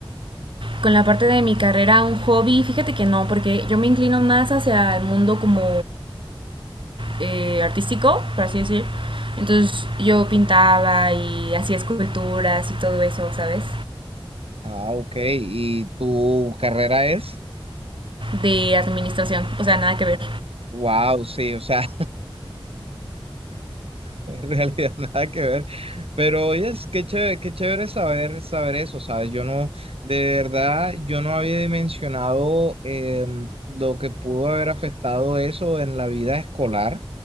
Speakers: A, on the right (about 60°); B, on the right (about 90°).
A: Con la parte de mi carrera, un hobby, fíjate que no, porque yo me inclino más hacia el mundo como eh, artístico, por así decir. Entonces yo pintaba y hacía esculturas y todo eso, ¿sabes?
B: Ah, ok, y tu carrera es,
A: De administración, o sea, nada que ver.
B: wow, sí, o sea. En realidad <laughs> nada que ver. Pero oye, es qué chévere, qué chévere saber, saber eso, ¿sabes? Yo no, de verdad, yo no había dimensionado em, lo que pudo haber afectado eso en la vida escolar.